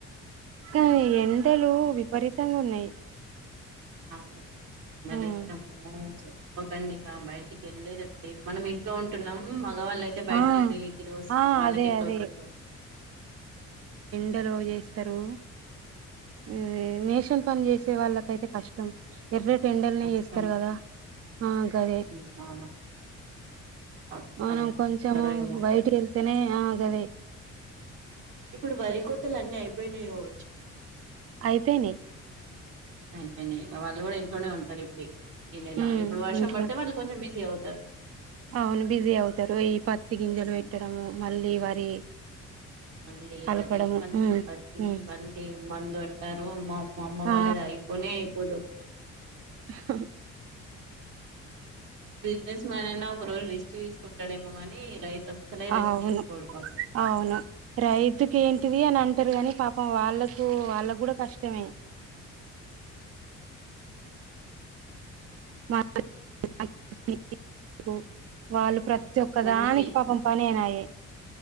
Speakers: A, on the right; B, on the right.
A: కానీ ఎండలు విపరీతంగా ఉన్నాయి
B: అవును ఎండలైతే
A: ఉమ్
B: అమ్మో చె ఒకండిగా బయటికేళి లేదిట్లేదు మనం ఇంట్లో ఉంటున్నాం ఇకా వాళ్ళు అయితే బయటికి
A: ఆ
B: వెళ్ళిరిగి తిరిగి వస్తున్నారు
A: ఆ
B: వాళ్ళకి
A: అదే
B: ఎట్లా
A: అదే
B: అవుతుందొ
A: అవ్ చేస్తారు
B: అవును
A: ఇ నేషన్ పని చేసే వాళ్ళకైతే కష్టం ఎర్రటి యేండ్లనే
B: కష్టం
A: చేస్తారు కదా ఆ గదే
B: అవును చాలా పాపం
A: మనం
B: వాళ్ళు ఏం
A: కొంచెము
B: చేస్తారో ఏమో
A: బయటి వెళ్తేనే ఆ గదే
B: ఇప్పుడు వరి కోతలు అన్నీ అయిపోయినాయోవచ్చు
A: అపేయినియ్
B: అపేయినియి ఇక వాళ్ళు కూడా ఇంట్లోనే ఉంటారు ఇప్పుడు ఈ నెలా
A: ఉమ్
B: ఇప్పుడు వర్షం
A: ఇంట్లో
B: పడితే వాళ్ళు కొంచెం ఇజీ అవుతా తర్
A: అవును బిజీ అవుతారు ఈ పత్తి గింజలు
B: హ్మ్.
A: పెట్టడం మళ్ళీ వరి
B: మళ్ళీ
A: అలకడము
B: వరి మళ్ళీ
A: ఉమ్
B: పత్తి
A: ఉమ్
B: మళ్ళీ మందంటారు అమ్ మాఅమ్మ
A: ఆ
B: వాళ్ళది అయిపోనే అయిపోదు
A: హ హ హ
B: బిజినెస్ మ్యాన్ అయినా ఒక రోజు రిస్క్ తీసుకుంటాడేమో కాని రైత్ అసలే రెస్ట్
A: అవును
B: తీసుకోడు పాపం
A: అవును రైతుకి ఏంటిది అని అంటారు గాని పాపం వాళ్ళకు వాళ్ళకు కూడా కష్టమే
B: అవును
A: <unintelligible> వాళ్ళు ప్ర క్కదా ఒకదాని
B: మళ్ళీ
A: కి పాపం పనేనాయే